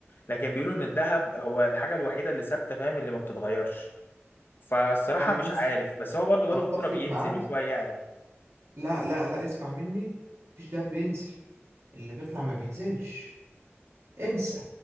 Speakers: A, on the left; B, on the right.
A: لكن بيقولوا ان الذهب هو الحاجة الوحيدة اللي ثابتة فاهم اللي ما بتتغيرش فالصراحة
B: انا
A: مش
B: بص
A: عارف بس هو برضو بقاله
B: اتفق
A: فترة بينزل
B: معاك
A: وشوية يعلى
B: لا لا لا اسمع مني مفيش دهب بينزل اللي بيطلع ما بينزلش انسى